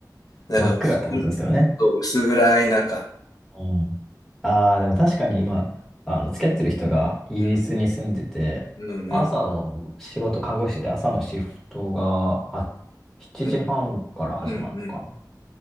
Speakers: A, on the left (about 60°); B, in the centre.
A: だから、
B: 真っ暗ってことですよね。
A: 薄暗そう薄暗い中。
B: うん。ああ、でも確かに今、あの、付き合ってる人がイギリスに住んでて、
A: うん、うん、
B: 朝の仕事、
A: うん、
B: 看護師で朝のシフトがは7時半から始まるのかな。
A: うん、うん、うん。